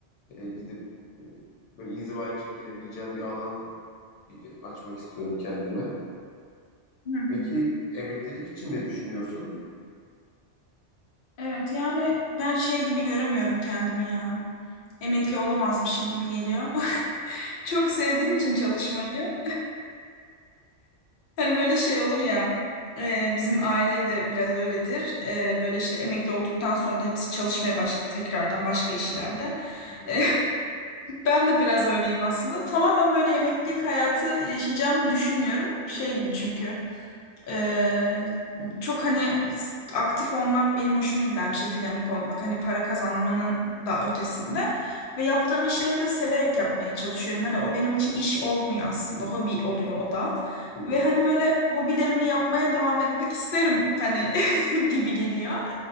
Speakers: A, on the left (about 85°); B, on the left (about 55°).
A: e, gidip e, böyle inzivaya çekilebileceğim bir alan açmak istiyorum kendime.
B: hı hı.
A: Peki emeklilik için ne düşünüyorsun?
B: Evet yani ben şey gibi göremiyorum kendimi ya. Emekli olamazmışım gibi geliyor. <laughs> Çok sevdiğim için çalışmayı. Hani böyle şey olur ya. e, bizim aile de biraz öyledir. E, böyle işte emekli olduktan sonra da hepsi çalışmaya başladı tekrardan başka işlerde.
A: Hı hı,
B: <laughs> Ben de biraz öyleyim aslında. Tamamen böyle emeklilik hayatı yaşayacağımı düşünmüyorum. Şey gibi çünkü. Ee, çok hani s- aktif olmak benim hoşuma giden bir şey. Dinamik olmak. Hani para kazanmanın da ötesinde. Ve yaptığım işleri de severek yapmaya çalışıyorum. Hani o benim için iş olmuyor aslında. Hobi oluyor o da.
A: hı hı.
B: Ve hani böyle hobilerimi yapmaya devam etmek isterim. Hani <laughs> gibi geliyor.